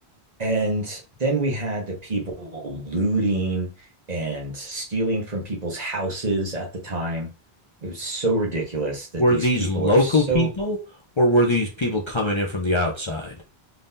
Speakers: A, on the right; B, on the left.
A: and then we had the people looting and stealing from people's houses at the time. It was so ridiculous that
B: Were
A: these
B: these
A: people
B: local
A: are so,
B: people or were these people coming in from the outside?